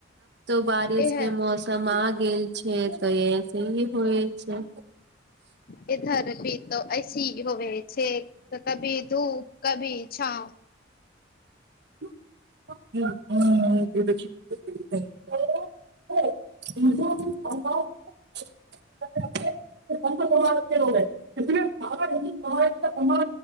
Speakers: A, on the right (about 60°); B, on the left (about 50°).
A: तो बारिश
B: एह
A: के मौसम आ गेल छै तऽ ऐसे ही होइ छै
B: इधर पीरत ऐसी होबे छै तऽ कभी धूप कभी छाव
A: <unintelligible> <unintelligible> <unintelligible>